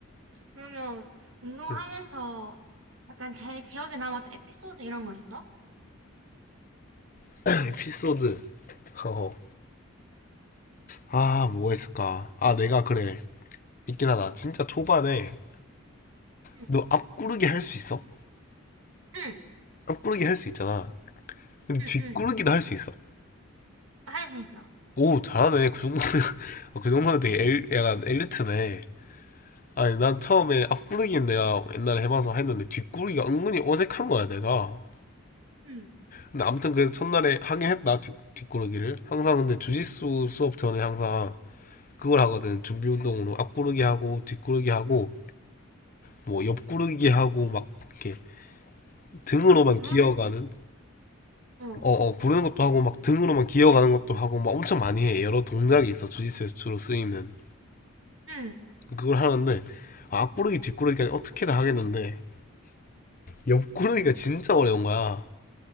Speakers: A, on the right (about 70°); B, on the left (about 40°).
A: 그러면 운동하면서
B: 음.
A: 약간 제일 기억에 남았던 에피소드 이런 거 있어?
B: <clears throat> <laughs> 에피소드. 어 아 뭐가 있을까? 아 내가 그래 있긴 하다. 진짜 초반에
A: 응,
B: 너 앞구르기 할 수 있어?
A: 응,
B: 앞구르기 할 수 있잖아. 근데
A: 응,
B: 뒷구르기도
A: 응.
B: 할 수 있어.
A: 할 수 있어.
B: 오 잘하네. 그 정도면 <laughs> 그 정도면 되게 엘, 약간 엘리트네. 아니 난 처음에 앞구르기는 내가 옛날에 해봐서 했는데 뒷구르기가 은근히 어색한 거야 내가.
A: 응,
B: 근데 아무튼 그래서 첫날에 하긴 했다 뒷, 뒷구르기를 항상 근데 주짓수 수업 전에 항상 그걸 하거든 준비 운동으로 앞구르기 하고 뒷구르기 하고 뭐 옆구르기 하고 막 이렇게 등으로만
A: 막 구르는
B: 기어가는
A: 거. 어,
B: 어어 구르는 것도 하고 막 등으로만 기어가는 것도 하고 막 엄청 많이 해 여러 동작이 있어 주짓수에서 주로 쓰이는
A: 응.
B: 그걸 하는데 아, 앞구르기 뒷구르기까지 어떻게든 하겠는데 옆구르기가 진짜 어려운 거야